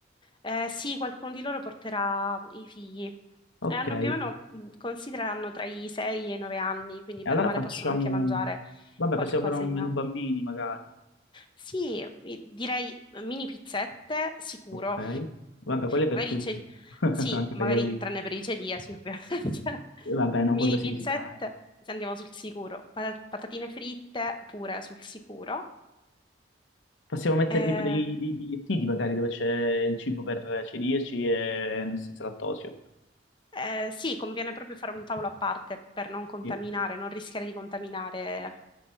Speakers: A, on the left (about 25°); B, on the left (about 85°).
A: Eh, sì, qualcuno di loro porterà i figli.
B: Ok.
A: E hanno più o meno, mh, considerano tra i 6 e i 9 anni, quindi
B: E
A: bene
B: allora
A: o male
B: facciamo...
A: possono anche mangiare
B: Vabbè,
A: qualcosina.
B: possiamo fare un menù bambini magari.
A: Sì, mi- direi mini pizzette, sicuro.
B: Ok. Vabbè, quello è per
A: Magari
B: tutti.
A: c'è...
B: <laughs>
A: Sì,
B: Anche
A: magari
B: per gli adulti.
A: tranne per i celiaci, ovviamente. <laughs>
B: Vabbè, no,
A: Mini
B: quello sì,
A: pizzette,
B: sicuramente.
A: se andiamo sul sicuro. Pa- patatine fritte, pure sul sicuro.
B: Possiamo mettere
A: Eh,
B: tipo dei, dei bigliettini magari dove c'è il cibo per celiaci e senza lattosio.
A: eh, sì, conviene proprio fare un tavolo a parte per non contaminare,
B: Sì.
A: non rischiare di contaminare